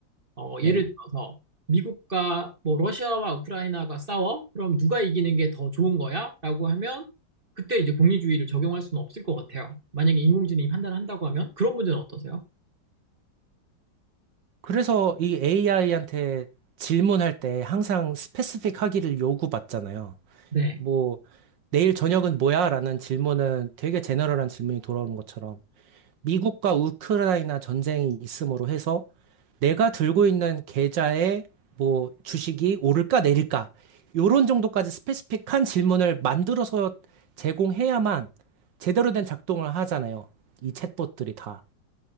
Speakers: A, on the right; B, on the right.
A: 어,
B: 네.
A: 예를 들어서 미국과 뭐 러시아와 우크라이나가 싸워? 그럼 누가 이기는 게 더 좋은 거야? 라고 하면 그때 이제 공리주의를 적용할 수는 없을 것 같아요. 만약에 인공지능이 판단을 한다고 하면 그런 문제는 어떠세요?
B: 그래서 이 AI한테 질문할 때 항상 스페시픽 하기를 요구받잖아요.
A: 네.
B: 뭐, 내일 저녁은 뭐야? 라는 질문은 되게 제너럴한 질문이 돌아오는 것처럼 미국과 우크라이나 전쟁이 있음으로 해서 내가 들고 있는 계좌에 뭐 주식이 오를까 내릴까 요런 정도까지 스페시픽한 질문을 만들어서 제공해야만 제대로 된 작동을 하잖아요. 이 챗봇들이 다.